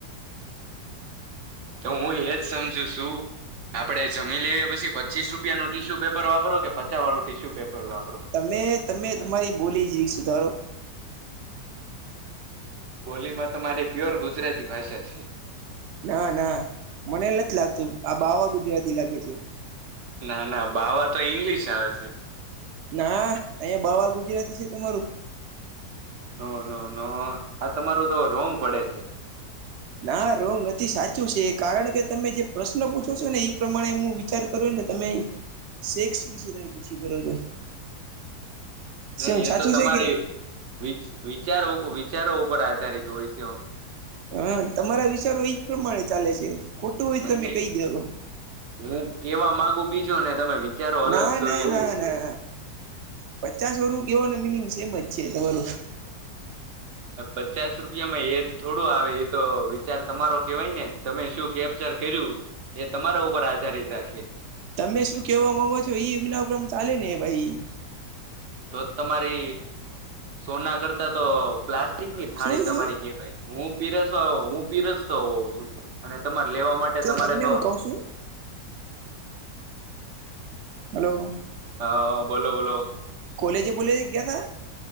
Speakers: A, on the right (about 50°); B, on the right (about 85°).
A: તો હું એજ સમજુ છું. આપડે જમી લઈએ પી પચીસ રૂપિયાનું ટીશ્યુ પેપર વાપરો કે પચા વાળું ટીશ્યુ પેપર? વાપરો
B: તમે તમે તમારી બોલી જ રી સુધારો.
A: બોલીમાં તો મારી પ્યોર ગુજરાતી ભાષા છે.
B: ના ના મને નથી લાગતું આ બાવા ગુજરાતી લાગે છે.
A: ના ના બાવા તો ઈંગ્લિશ આવે છે.
B: ના અહીયાંયા બવા ગુજરાતી છે તમારું.
A: ન ન ન આ તમારું તો રોંગ પડે છે.
B: ના રોંગ નથી સાચું છે એ કારણ કે તમે જે પ્રશ્ન પૂછો છો ને એ પ્રમાણે હું વિચાર કર્યો તમે સેક્સ વિશે તમે પૂછી કરો છો.
A: નહી
B: શું સાચું
A: એ તો તમારી
B: છે કે
A: વિ વિચાર. વિચારો ઉપર આધારિત હોય છે.
B: હા તમારા વિચારો એજ પ્રમાણે ચાલે છે. ખોટું હોય
A: નહી
B: તમે
A: ન
B: કહી દો
A: હું કેવા માગુ બીજોને તમે. વિચારો અલગ
B: ના
A: છો
B: ના
A: એવું
B: ના
A: છે
B: ના પચાસ વરું કેવાનું મિનિંગ સેમ જ. ચીતા બલોું.
A: પચાસ રૂપિયામાં એજ થોડો આવે એતો વિચાર તમારો કેવાય ને તમે શું કેબ ચ કર્યું એ તમારા ઉપર આધારિત રાખે.
B: તમે શું કેવા માંગો છો એ એમના ઉપરા ચાલે ને ભાઈ.
A: તો તમારી સોના કરતા તો. પ્લાસ્ટિકની થાળી
B: શું
A: તમારી
B: શું
A: કેવાય. હું પીરસ હું પીરસતો હોઉં અને તમારે લેવા માટે
B: જો
A: તમારે
B: તમને
A: તો
B: હું કઉ છું હલો.
A: હા બોલો બોલો
B: કોલેજે બોલેજ ગયા તા